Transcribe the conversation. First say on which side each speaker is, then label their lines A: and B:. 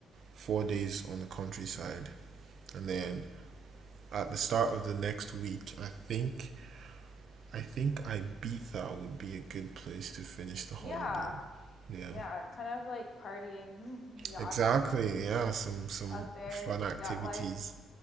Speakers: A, on the right (about 65°); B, on the left (about 45°).
A: four days on the countryside. And then at the start of the next week, I think I think Ibiza would be a good place to finish the holiday.
B: Yeah.
A: Yeah.
B: Yeah. A ton of like partying <laughs> yachts
A: Exactly. Yeah, some some
B: out there,
A: fun activities.
B: yacht life.